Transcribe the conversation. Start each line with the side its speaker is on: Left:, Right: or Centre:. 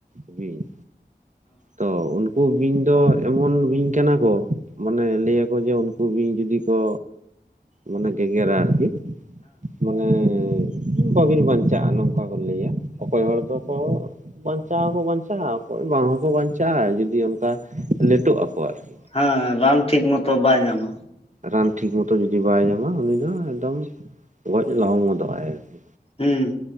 Right: ᱵᱤᱧ ᱛᱚ ᱩᱱᱠᱩ ᱵᱤᱧ ᱫᱚ ᱮᱢᱚᱱ ᱵᱤᱧ ᱠᱟᱱᱟ ᱠᱚ ᱢᱟᱱᱮ ᱞᱟᱹᱭᱟᱠᱚ ᱡᱮ ᱠᱩ ᱵᱤᱧ ᱡᱩᱫᱤ ᱠᱚ ᱢᱟᱱᱮ ᱜᱮᱜᱮᱨᱟ ᱟᱨᱠᱤ ᱢᱟᱱᱮ ᱵᱟᱹᱵᱤᱱ ᱵᱟᱧᱪᱟᱜᱼᱟ ᱱᱚᱝᱠᱟ ᱠᱚ ᱞᱟᱹᱭᱟ ᱚᱠᱚᱭ ᱦᱚᱲ ᱫᱚᱠᱚ ᱵᱟᱧᱪᱟᱣ ᱦᱚᱸᱠᱚ ᱵᱟᱧᱪᱟᱜᱼᱟ ᱚᱠᱚᱭ ᱵᱟᱝ ᱦᱚᱸᱠᱚ ᱵᱟᱧᱪᱟᱜᱼᱟ ᱡᱩᱫᱤ ᱚᱱᱠᱟ ᱞᱮᱴᱚᱜ ᱟᱠᱚ ᱟᱨᱠᱤ
Left: ᱦᱮᱸ ᱨᱟᱱ ᱴᱷᱤᱠ ᱢᱚᱛᱚ ᱵᱟᱭ ᱧᱟᱢᱟ
Right: ᱨᱟᱱ ᱴᱷᱤᱠ ᱢᱚᱛᱚ ᱡᱩᱫᱤ ᱵᱟᱭ ᱧᱟᱢᱟ ᱩᱱᱤ ᱫᱚ ᱮᱠᱫᱚᱢ ᱜᱚᱡ ᱞᱚᱦᱚᱢ ᱜᱚᱫᱚᱜ ᱟᱭ ᱟᱨᱠᱤ
Left: ᱦᱩᱸ